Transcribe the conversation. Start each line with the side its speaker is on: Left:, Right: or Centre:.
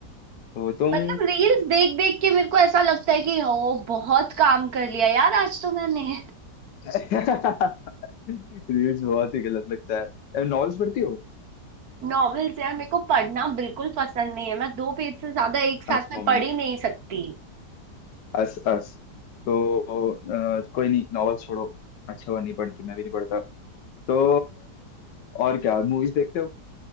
Left: तो तुम
Right: मतलब रील्स देख देख के मेरे को ऐसा लगता है कि ओ बहुत काम कर लिया यार आज तो मैंने
Left: रील्स बहुत ही गलत लगता है नॉवेल्स पढ़ती हो
Right: नॉवेल्स यार मेरे को पढ़ना बिल्कुल पसंद नहीं है मैं दो पेज से ज्यादा एक साथ
Left: अस
Right: में
Left: मोमेंट
Right: पढ़ ही नहीं सकती
Left: अस अस तो अ, कोई नहीं नॉवेल छोड़ो अच्छा हुआ नहीं पढ़ती मैं भी नहीं पढ़ता तो और क्या मूवीज देखते हो